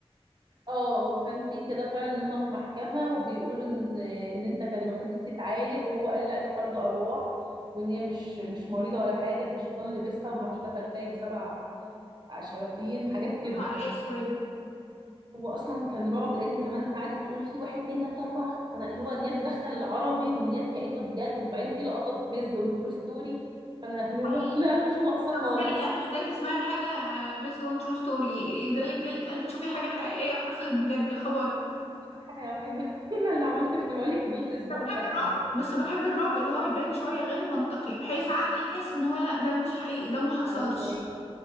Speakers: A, on the right; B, on the left.
A: اه هو كان في كده فعلا ان هم في محكمه وبيقولوا ان ان انت كان المفروض دي تتعالج وهو قال لا دي طرد ارواح وان هي مش مش مريضه ولا حاجه ده الشيطان لبسها وما اعرفش دخل فيها يجي سبع شياطين حاجات كده
B: يا نهار أسود
A: هو اصلا كان رعب لان كمان قعدت تقول في واحد اتنين تلاته اربعه فانا اللي هو ان هي تدخل العربي وان هي كانه بجد وبعدين في لقطات بيزد اون ترو ستوري فانا اللي
B: حقيقي
A: هو لا مش ناقصه خالص
B: طب وجالك قلب إزاي تسمعي حاجة based on true story إزاي جالك قلب تشوفي حاجة حقيقية وحصلت بجد يا خبر
A: عشان حيوانه <laughs> انا اللي عملت في بقول لك فضلت اسبوع
B: أنا بحب
A: مش عارفه
B: الرعب
A: انام
B: بس بحب الرعب اللي هو يبان شوية غير منطقي بحيث عقلي يحس إن هو لأ ده مش حقيقي ده محصلش
A: فاهمك